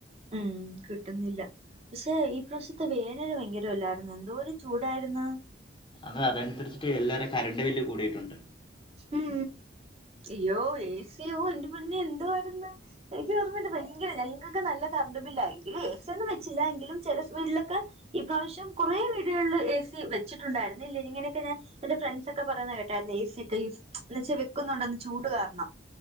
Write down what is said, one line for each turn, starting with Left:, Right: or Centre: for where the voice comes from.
Right: ഉം കിട്ടുന്നില്ല പക്ഷേ ഈ പ്രാവശ്യത്ത് വേനല് ഭയങ്കരല്ലായിരുന്നു എന്തോരും ചൂടായിര്ന്ന്
Left: അത് അതനുസരിച്ചിട്ട് എല്ലാരിം കരണ്ട് ബില്ല് കൂടിയിട്ടുണ്ട്
Right: ഉം അയ്യോ ഏ സി യോ എന്റെ പൊന്നെ എന്തുവായിരുന്ന് എനിക്ക് തോന്നുന്നുണ്ട് ഭയങ്കര ഞങ്ങക്കൊക്കെ ന്നല്ലെ കറണ്ട്ബില്ലായി എങ്കില് എ സി ഒന്നും വെച്ചില്ല എങ്കിലും ചെലെ വീട്ടിലൊക്കെ ഈ പ്രാവശ്യം കൊറെവീടുകള് എ സി വെച്ചിട്ടുണ്ടായിരുന്നുല്ലെ ഇങ്ങനെയൊക്കെ ഞാൻ എന്റെ ഫ്രണ്ട്സൊക്കെ പറയുന്നത് കേട്ടായിരുന്നു എ സി ഒക്ക യൂസ് എന്ന വെച്ചാ വെക്കുന്നൊണ്ട്ന്ന് ചൂട് കാരണം